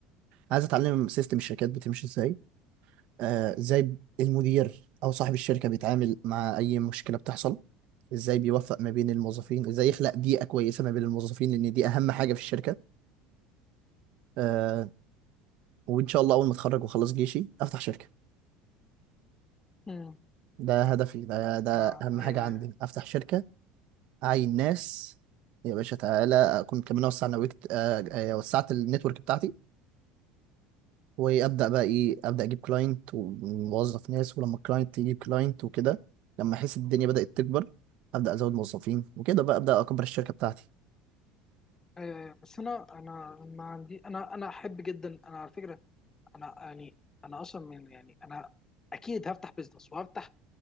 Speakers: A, on the right; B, on the left.
A: عايز اتعلم سيستم الشركات بتمشي ازاي آه، ازاي المدير او صاحب الشركه بيتعامل مع اي مشكله بتحصل ازاي بيوفق ما بين الموظفين ازاي يخلق بيئه كويسه ما بين الموظفين لان دي اهم حاجه في الشركه آه، وان شاء الله اول ما اتخرج واخلص جيشي افتح شركه
B: امم
A: ده هدفي ده ده
B: آه
A: اهم
B: ايوه
A: حاجه عندي
B: ايوه
A: افتح شركه اعين ناس يا باشا تعالى اكون كمان وسع نويت آه، آه، وسعت النتورك بتاعتي وابدا بقى ايه ابدا اجيب كلاينت وموظف ناس ولما الكلاينت يجيب كلاينت وكده لما احس الدنيا بدات تكبر ابدا ازود موظفين وكده بقى ابدا اكبر الشركه بتاعتي
B: ايوه ايوه بس انا انا ما عندي انا انا احب جدا انا على فكره انا يعني انا اصلا من يعني انا اكيد هفتح بزنس وهفتح